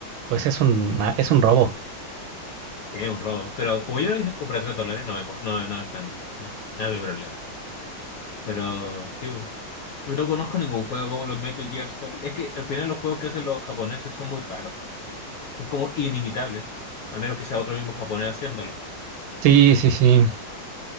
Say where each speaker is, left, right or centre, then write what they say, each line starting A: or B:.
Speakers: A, on the right; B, on the left.
A: Pues es un, ah, es un robo.
B: Es un robo. Pero como yo lo dije, compré a 3 dólares, no, me, po- no, no es tan. No, no es mi problema. Pero sí, bo. yo no conozco ningún juego como los Metal Gear Solid. Es que al final los juegos que hacen los japoneses son muy raros. Son como inimitables. Al menos que sea otro mismo japonés haciéndolo.
A: Sí, sí, sí.